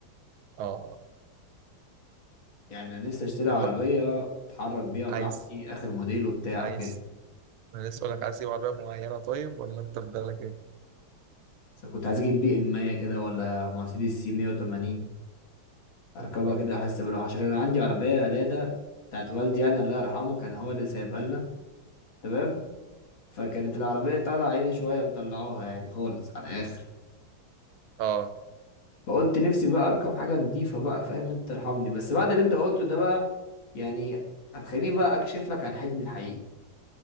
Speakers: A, on the right; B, on the left.
A: اه
B: يعني انا نفسي اشتري عربيه
A: من-
B: اتحرك بيها
A: عايز
B: براحتي اخر موديل وبتاع
A: عايز
B: وكده
A: انا لسه اقول لك عايز تجيب عربيه معينه طيب ولا انت في بالك ايه؟
B: بس كنت عايز اجيب بي ام 100 كده ولا مرسيدس سي 180 اركبها
A: اه
B: كده احس بالراحه عشان كان عندي عربيه لادا بتاعت والدي يعني الله يرحمه كان هو اللي سايبها لنا تمام فكانت العربيه طالعه عيني شويه مطلعوها يعني خالص على الاخر
A: اه
B: فقلت نفسي بقى اركب حاجه نضيفه بقى فاهم انت ترحمني بس بعد اللي انت قلته ده بقى يعني هتخليني بقى اكشف لك عن حلمي الحقيقي